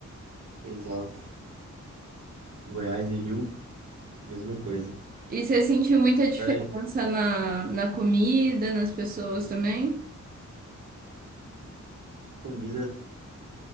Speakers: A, on the right (about 75°); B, on the right (about 30°).
A: exato. Goiás e Rio, mesma coisa.
B: E você sentiu muita diferença
A: Daí,
B: na, na comida, nas pessoas também?
A: comida,